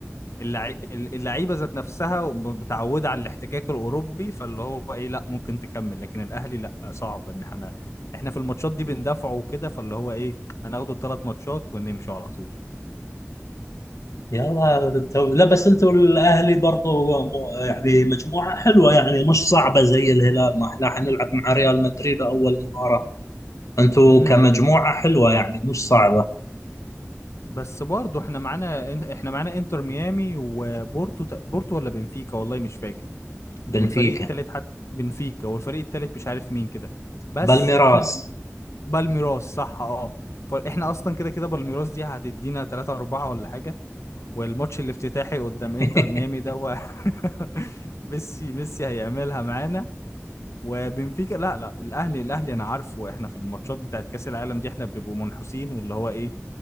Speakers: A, on the left; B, on the left.
A: اللعي... اللعيبه ذات نفسها متعوده على الاحتكاك الاوروبي فاللي هو ايه لا ممكن تكمل لكن الاهلي لا صعب ان احنا احنا في الماتشات دي بندافعه وكده فاللي هو ايه هناخده الثلاث ماتشات ونمشوا على طول
B: يلا تو- لا بس انتوا الاهلي برضو مو- يعني مجموعه حلوه يعني مش صعبه زي الهلال ما احنا حنلعب مع ريال مدريد اول مباراه انتوا
A: امم
B: كمجموعه حلوه يعني مش صعبه
A: بس برضه احنا معانا احنا معانا انتر ميامي وبورتو تق- بورتو ولا بنفيكا والله مش فاكر
B: بنفيكا
A: والفريق التالت حتى بنفيكا والفريق التالت مش عارف مين كده بس
B: بالميراس
A: احنا بن... بالميراس صح اه فاحنا اصلا كده كده بالميراس دي هتدينا 3 4 ولا حاجه والماتش الافتتاحي قدام
B: <laughs>
A: انتر ميامي ده و... <laughs> ميسي ميسي هيعملها معانا وبنفيكا لا لا الاهلي الاهلي انا عارفه احنا في الماتشات بتاعت كاس العالم دي احنا بنبقوا منحوسين واللي هو ايه